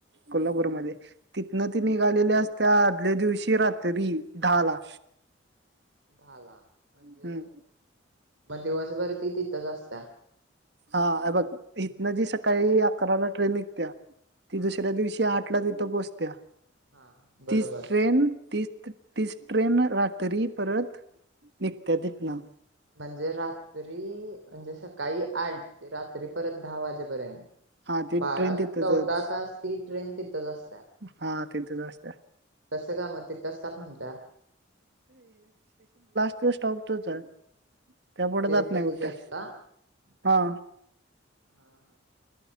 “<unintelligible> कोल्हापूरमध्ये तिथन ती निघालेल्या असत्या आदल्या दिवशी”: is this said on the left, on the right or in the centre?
Right